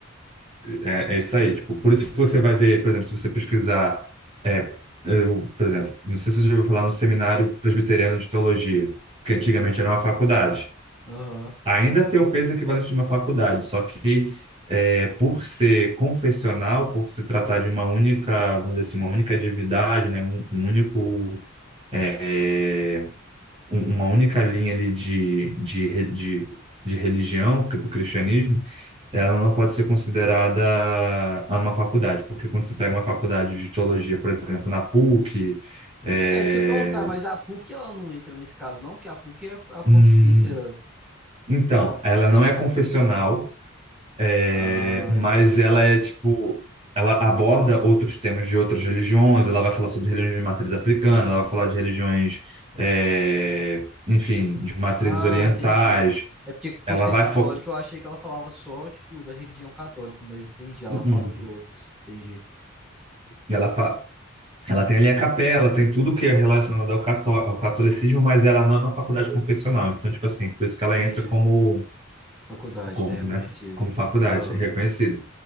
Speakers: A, on the right; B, in the centre.
A: é, é isso aí. Tipo, por isso que você vai ver, por exemplo, se você pesquisar, é, eu, por exemplo, não sei se você já ouviu falar no Seminário Presbiteriano de Teologia, que antigamente era uma faculdade.
B: Aham.
A: ainda tem o peso equivalente de uma faculdade, só que é, por ser confessional, por se tratar de uma única, vamos dizer assim, uma única divindade, né, um, um único, é, um- uma única linha ali de, de, re- de, de religião, cri- o cristianismo, ela não pode ser considerada uma faculdade, porque quando você pega uma faculdade de teologia, por exemplo, na PUC, é,
B: É isso que eu ia perguntar, mas a PUC ela não entra nesse caso, não? Porque a PUC é a Pontifícia.
A: hum, então, ela não é confessional, É,
B: Ah,
A: mas
B: entendi.
A: ela é tipo, ela aborda outros temas de outras religiões, ela vai falar sobre religiões de matriz africana, ela vai falar de religiões, é, enfim, de matrizes
B: Ah,
A: orientais,
B: entendi. É porque por
A: ela
B: ser
A: vai
B: católica
A: fo...
B: eu achei que ela falava só, tipo, da religião católica, mas entendi, ela
A: Uhum.
B: fala de outras. Entendi.
A: E Ela, fa... ela tem ali a capela, tem tudo que é relacionado ao, cató... ao catolicismo, mas ela não é uma faculdade confessional, então, tipo assim, por isso que ela
B: Entendi.
A: entra como,
B: Faculdade,
A: como,
B: né? Reconhecido.
A: né, como faculdade,
B: Aham.
A: é reconhecida.